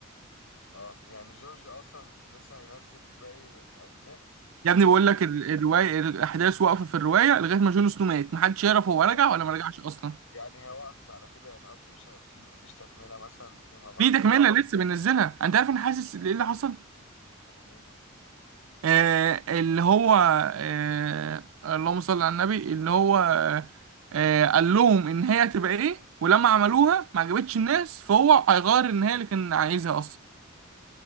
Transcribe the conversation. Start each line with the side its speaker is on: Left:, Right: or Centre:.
Left: اه يعني جورج اصلا في لسه هينزل باقي اجزاء الروايه
Right: يا ابني بقول
Left: بتاعته
Right: لك ال- الروايه الاحداث واقفه في الروايه لغايه ما جون سنو مات محدش يعرف هو رجع
Left: يعني
Right: ولا ما رجعش اصلا
Left: يعني هي وقفت على كده يعني قصدي مش ه- في مفيش تكمله مثلا فيما بعد
Right: في تكمله اه لسه بننزلها انت عارف انا حاسس ايه اللي حصل
Left: يعني ايه
Right: آه اللي هو آه اللهم صل على النبي اللي هو آه آه، قال لهم ان هي هتبقى ايه ولما عملوها ما عجبتش الناس فهو هيغير النهايه اللي كان عايزها اصلا